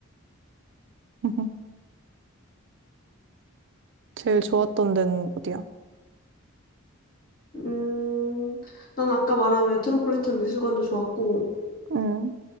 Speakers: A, on the right (about 60°); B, on the left (about 45°).
A: <laughs> 제일 좋았던 데는 어디야?
B: 음, 난 아까 말한 메트로폴리탄 미술관도 좋았고
A: 응.